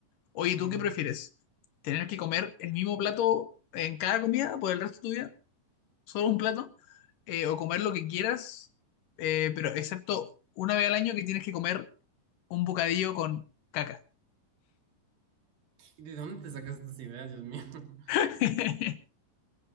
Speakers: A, on the left (about 75°); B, on the right (about 85°).
A: Oye,
B: Ujú.
A: ¿tú qué prefieres? ¿Tener que comer el mismo plato en cada comida por el resto de tu vida? ¿Solo un plato? Eh, ¿o comer lo que quieras? eh, pero excepto una vez al año que tienes que comer un bocadillo con caca.
B: ¿Y de dónde te sacas estas ideas, Dios mío? <laughs>
A: <laughs>